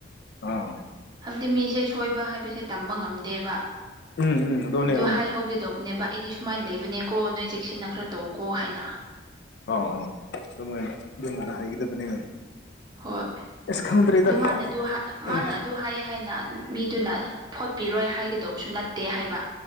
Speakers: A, on the left; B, on the right.
A: ꯑꯥ
B: ꯍꯥꯏꯕꯗꯤ ꯃꯤꯁꯦ ꯁꯣꯏꯕ ꯍꯥꯏꯕꯁꯦ ꯇꯝꯕ ꯉꯝꯗꯦꯕ ꯑꯗ
A: ꯎꯝ ꯎꯝ ꯑꯗꯨꯅꯦ ꯑꯥ
B: ꯍꯥꯏꯍꯧꯒꯦꯗꯧꯕꯅꯦꯕ ꯑꯩꯗꯤ ꯁꯨꯃꯥꯏꯅ ꯂꯩꯕꯅꯦꯀꯣ ꯅꯣꯏ ꯆꯦꯛꯁꯤꯟꯅ ꯈꯔ ꯇꯧ ꯀꯣ ꯍꯥꯏꯅ
A: ꯑꯥꯎ ꯑꯥꯎ ꯑꯗꯨꯃꯥꯏꯅ ꯑꯗꯨꯃꯥꯏꯅ ꯍꯥꯏꯒꯗꯕꯅꯦ
B: ꯍꯣꯏ
A: ꯑꯁ ꯈꯪꯗ꯭ꯔꯦꯗ
B: ꯑꯗꯨ ꯃꯥꯅ ꯑꯗꯨ ꯃꯥꯅ
A: ꯎꯝ
B: ꯑꯗꯨ ꯍꯥꯏꯑ ꯍꯥꯏꯅ ꯃꯤꯗꯨꯅ ꯐꯣꯠꯄꯤꯔꯣꯏ ꯍꯥꯏ ꯇꯧꯁꯨ ꯅꯠꯇꯦ ꯍꯥꯏꯕ